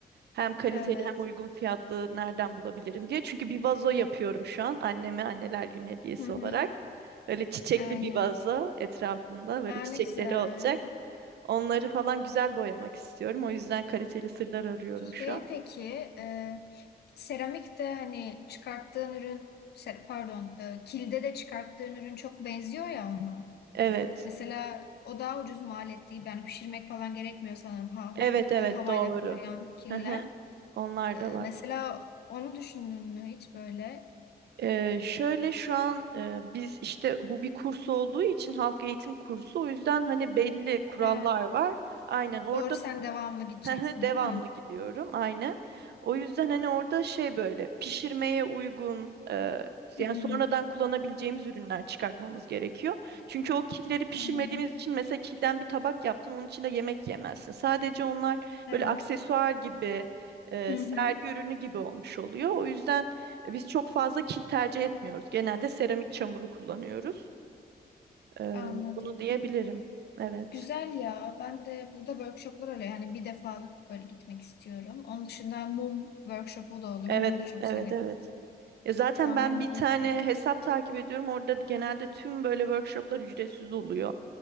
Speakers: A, on the right (about 80°); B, on the left (about 75°).
A: Hem kaliteli
B: Evet.
A: hem uygun fiyatlı nereden bulabilirim diye. Çünkü bir vazo yapıyorum şu an anneme anneler günü hediyesi
B: Hı hı.
A: olarak. Öyle çiçekli
B: Aynen.
A: bir vazo etrafında böyle
B: Aa,
A: çiçekleri
B: ne güzel.
A: olacak. Onları falan güzel boyamak istiyorum. O yüzden kaliteli sırlar arıyorum şu
B: Şey
A: an.
B: peki e, seramik de hani çıkarttığın ürün se- pardon e, kilde de çıkarttığın ürün çok benziyor ya ona.
A: Evet.
B: Mesela o daha ucuz maliyetli. değil. Yani pişirmek falan gerekmiyor sanırım ha,
A: Evet
B: ha-
A: evet
B: e, havayla
A: doğru.
B: kuruyan killer.
A: Hı hı, Onlar
B: E,
A: da var.
B: mesela onu düşündün mü hiç böyle?
A: Ee, şöyle şu an e, biz işte bu bir kurs olduğu için halk eğitim kursu o yüzden hani belli kurallar
B: He,
A: var. Aynen orada
B: doğru sen devamlı gideceksin
A: <laughs> Devamlı
B: değil mi?
A: gidiyorum aynen. O yüzden hani orada şey böyle pişirmeye uygun e,
B: Hmm,
A: yani sonradan kullanabileceğimiz ürünler çıkartmamız gerekiyor. Çünkü o killeri pişirmediğimiz
B: anladım.
A: için mesela kilden bir tabak yaptın onun içinde yemek yemezsin. Sadece onlar
B: Evet.
A: böyle aksesuar gibi e,
B: Hı
A: sergi
B: hı,
A: ürünü gibi olmuş oluyor. O yüzden biz çok fazla kil tercih etmiyoruz. Genelde seramik çamuru kullanıyoruz. E,
B: anladım.
A: bunu diyebilirim. Evet.
B: Güzel ya. Ben de burada workshoplar oluyor. Yani bir defalık böyle gitmek istiyorum. Onun dışında mum workshopu da oluyor.
A: Evet,
B: Mumu da çok
A: evet,
B: severim.
A: evet. Ya zaten
B: Tam
A: ben
B: bir mum
A: bir tane
B: insanıyım.
A: hesap takip ediyorum. Orada genelde tüm böyle workshoplar ücretsiz oluyor.